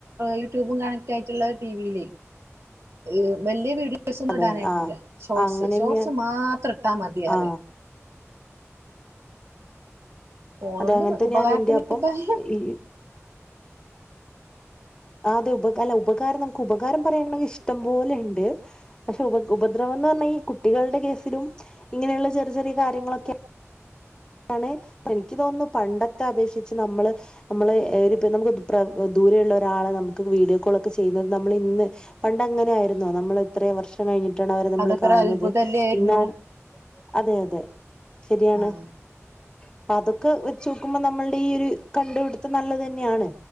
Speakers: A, on the right; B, on the left.
A: യൂട്യൂബും കണക്ട് ആയിട്ടുള്ള ടി വിയില വലിയ വീഡിയോ വലിയ വീഡിയോസ് ഒന്നും
B: അതെ
A: ഇടാൻ
B: അതെ
A: അയക്കൂല്ല
B: ആ
A: ഷോർട്സ്
B: അങ്ങനെന്നെയാണ്
A: ഷോർട്സ് മാത്രം ഇട്ടാ മതി എന്നു പറയും
B: ആ
A: ഫോണോണ്ട്
B: അതെ അങ്ങനെ തന്നെയാണ്
A: ഉപകാരത്തിനേക്കായും
B: എന്റെ അപ്പം ഈ ആ അതെ ഉപ അല്ല ഉപകാരം നമുക്ക് ഉപകാരം പറയയാണെങ്കിൽ നമുക്ക് ഇഷ്ടം പോലെ ഉണ്ട് പക്ഷെ ഉപ ഉപദ്രവം എന്ന് പറഞ്ഞാൽ ഈ കുട്ടികളുടെ കേസിലും ഇങ്ങനെയുള്ള ചെറിയ ചെറിയ കാര്യങ്ങളൊക്കെ ആണെ എനിക്ക് തോന്നുന്നു പണ്ടത്തെ അപേക്ഷിച്ച് നമ്മള് നമ്മള് നമുക്ക് ദൂരെയ ഉള്ള ഒരാളെ നമുക്ക് വീഡിയോ കോൾ ഒക്കെ ചെയ്യുന്നത് നമ്മൾ ഇന്ന് പണ്ട് അങ്ങനെ ആയിരുന്നോ നമ്മൾ എത്ര വർഷം കഴിഞ്ഞിട്ടാണ് അവരെ നമ്മൾ
A: അതൊക്കെ
B: കാണുന്നത്
A: ഒരു അത്ഭുതല്ലേ ആയിരുന്നു
B: ഇന്നാണ് അതെ അതെ ശരിയാണ്
A: ആഹ്
B: അപ്പൊ അതൊക്കെ വെച്ച് നോക്കുമ്പോ നമ്മളുടെ ഈ ഒരു കണ്ടുപിടുത്തം നല്ലത് തന്നെയാണ്